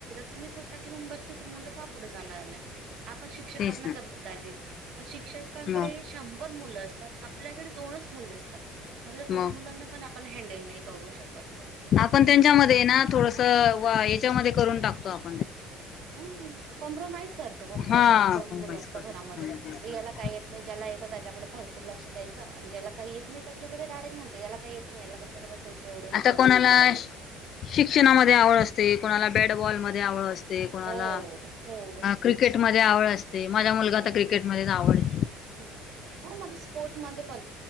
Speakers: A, on the right; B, on the left.
A: तुम्ही स्व <inaudible> आता घेऊन बसते तर मुलं का पुढे जाणार नाही आपण शिक्षकांना
B: तेच ना
A: जबाबदारी देतो शिक्षकांकडे
B: मग
A: हे शंभर मुलं असतात आपल्याकडे दोनच मु असत आपल्या दोन
B: मग
A: मुलांना पण आपण हँडल नाही करू शकत का
B: आपण त्यांच्यामध्ये ना थोडस याच्यामध्ये करून टाकतो आप
A: हम कॉम्प्रोमाइज करतो कॉम्प्रोमाइज
B: हा
A: दोन
B: कॉम्प्रोमाइज
A: मुलं असतं
B: करतो
A: घरामध्ये
B: त्याच्यामध्ये आपण
A: याला काय येत नाही ज्याला येतं त्याच्याकडे भरपूर लक्ष द्यायचं आणि ज्याला काही येत नाही त्याच्याडेडायरेक्टणतात याला का येत नाही याला कशाला बसायचं एवढं हे
B: आता
A: करत
B: कोणाला
A: वगैरे
B: शिक्षणामध्ये आवड असते कोणाला बॅटबॉलमध्ये ं
A: हो
B: णा
A: हो स-
B: क्रिकेट म आवड असते ते माझा मुलगाता
A: हो
B: क्रिकेटमध्येच आवडेल
A: हो मग स्पोर्ट मध्ये पण